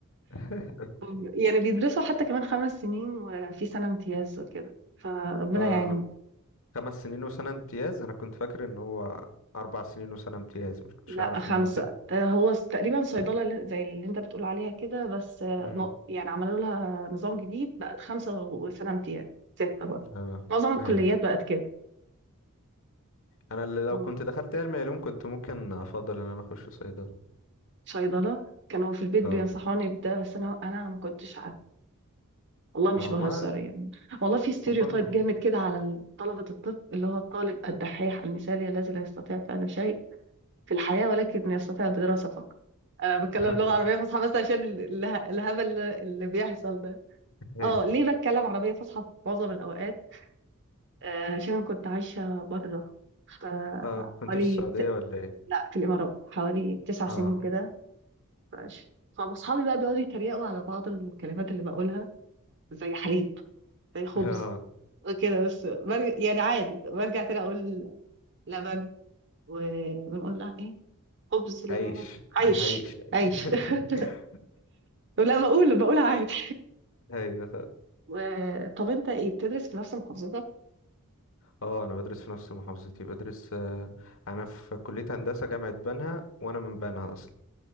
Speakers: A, on the left (about 65°); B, on the right (about 55°).
A: <laughs>
B: <laughs> يعني بيدرسوا حتى كمان خمس سنين وفي سنة امتياز وكده فربنا
A: اه
B: يعينهم
A: خمس سنين وسنة امتياز انا كنت فاكر ان هو اربع سنين وسنة امتياز مش كنتش
B: لا
A: اعرف
B: خمسة
A: ان هم ست
B: آه، هو س- تقريبا صيدلة اللي- زي اللي أنت بتقول عليها كده بس آه،
A: امم
B: ن- يعني عملوا لها نظام جديد بقت خمسة وسنة امتياز ستة برضه
A: اه
B: معظم الكليات
A: هي
B: بقت
A: انا اللي لو
B: كده
A: كنت دخلت علمي علوم كنت ممكن افضل ان انا اخش صيدلة
B: صيدلة كانوا في البيت بينصحوني
A: اه
B: بده بس انا انا ما كنتش عارفة والله مش
A: اه
B: بهزر
A: ما
B: يعني والله في ستيريوتايب
A: وبرضه
B: جامد كده على طلبة الطب اللي هو الطالب الدحيح المثالي الذي لا يستطيع فعل شيء في الحياة ولكن يستطيع الدراسة فقط انا بتكلم
A: <laughs>
B: لغة عربية فصحى بس عشان ال- اله- الهبل اللي اللي بيحصل ده
A: هي
B: اه ليه بتكلم عربية فصحى في معظم الاوقات آه، عشان كنت عايشة بره ف-
A: اه كنت
B: حوالي
A: في السعودية
B: ت-
A: ولا ايه
B: لا في الامارات حوالي تسع
A: اه
B: سنين كده ماشي فاصحابي بقى بيقعدوا يتريقوا على بعض الكلمات اللي بقولها زي حليب
A: <laughs>
B: زي خبز
A: اه
B: وكده بس برجع يعني عادي برجع تاني اقول لبن وبنقول لها ايه خبز اللي
A: عيش
B: هو عيش
A: عيش عيش.
B: عيش
A: <laughs>
B: <laughs> لا بقول بقول عادي
A: ايوه خ-
B: <laughs> و- طب انت ايه بتدرس في نفس محافظتك؟
A: اه انا بدرس في نفس محافظتي بدرس آه، انا في كلية هندسة جامعة بنها وانا من بنها اصلا